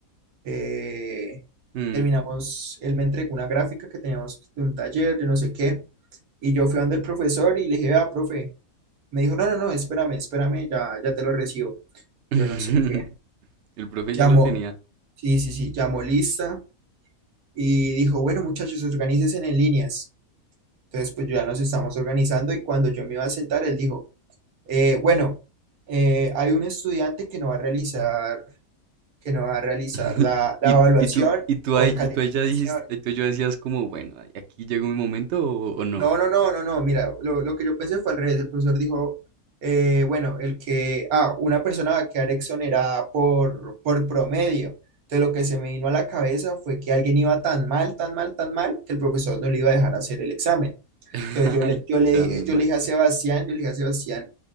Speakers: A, on the right; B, on the right.
A: eh,
B: Mm.
A: terminamos, él me entregó una gráfica que teníamos de un taller, de no sé qué, y yo fui donde el profesor y le dije, ah, profe, me dijo, no, no, no, espérame, espérame, ya, ya te lo recibo.
B: <laughs>
A: Yo no sé qué.
B: El profe
A: Llamó,
B: ya lo tenía.
A: sí, sí, sí, llamó lista y dijo, bueno, muchachos, organícense en líneas. Entonces, pues yo ya nos estábamos organizando y cuando yo me iba a sentar, él dijo, eh, bueno, eh, hay un estudiante que no va a realizar, que no va a realizar
B: <laughs>
A: la, la
B: Y
A: evaluación
B: tú, y tú, y tú,
A: por
B: ahí,
A: calificación.
B: y tú ahí ya dijiste, y tú ya decías como, bueno, ay, aquí llegó mi momento o, o no.
A: No, no, no, no, no, mira, lo, lo que yo pensé fue al revés. El profesor dijo, eh, bueno, el que, ah, una persona va a quedar exonerada por, por promedio. Entonces, lo que se me vino a la cabeza fue que alguien iba tan mal, tan mal, tan mal, que el profesor no le iba a dejar hacer el examen.
B: <laughs>
A: Entonces yo
B: Ay,
A: le, yo le
B: tan
A: dije, yo
B: mal.
A: le dije a Sebastián, yo le dije a Sebastián,